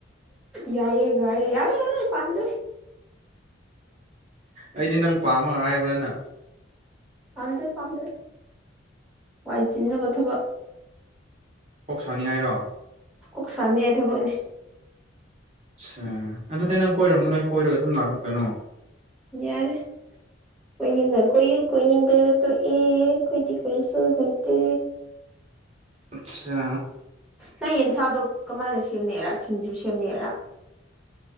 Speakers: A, in the centre; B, on the right.
A: ꯌꯥꯏꯌꯦ ꯒꯥꯏꯌꯦ ꯌꯥꯔꯦ ꯌꯥꯔꯦ ꯄꯥꯝꯗ꯭ꯔꯦ
B: ꯑꯩꯗꯤ ꯅꯪ ꯄꯥꯝꯃꯒ ꯍꯥꯏꯕ꯭ꯔꯥꯅ
A: ꯄꯥꯝꯗ꯭ꯔꯦ ꯄꯥꯝꯗ꯭ꯔꯦ ꯋꯥꯏ ꯆꯤꯟꯅꯕ ꯊꯕꯛ
B: ꯀꯣꯛ ꯁꯥꯥꯅꯤꯡꯉꯥꯏꯔꯣ
A: ꯀꯣꯛ ꯁꯥꯅꯤꯉꯥꯏ ꯊꯕꯛꯅꯦ
B: ꯁ ꯑꯗꯨꯗꯤ ꯅꯪ ꯀꯣꯏꯔꯝꯒꯅꯣ ꯑꯩ ꯀꯣꯏꯔꯒ ꯑꯗꯨꯝ ꯂꯥꯛꯀꯦ ꯀꯩꯅꯣ
A: ꯌꯥꯔꯦ ꯀꯣꯏꯅꯤꯡꯉ ꯀꯣꯏꯌꯨ ꯀꯣꯏꯅꯤꯡꯗ꯭ꯔꯒ ꯇꯣꯛꯑꯦ ꯑꯩꯈꯣꯏꯗꯤ ꯀꯔꯤꯁꯨ ꯂꯩꯇꯦ
B: ꯑꯠꯁꯥ
A: ꯅꯪ ꯌꯦꯟꯁꯥꯗꯣ ꯀꯃꯥꯏꯅ ꯁꯦꯝꯅꯩꯔꯥ ꯁꯤꯡꯖꯨ ꯁꯦꯝꯅꯩꯔꯥ